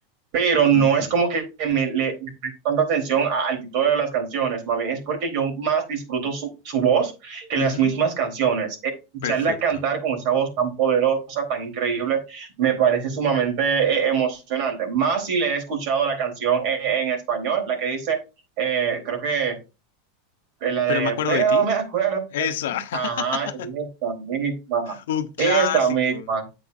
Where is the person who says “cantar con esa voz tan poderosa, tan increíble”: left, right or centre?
Right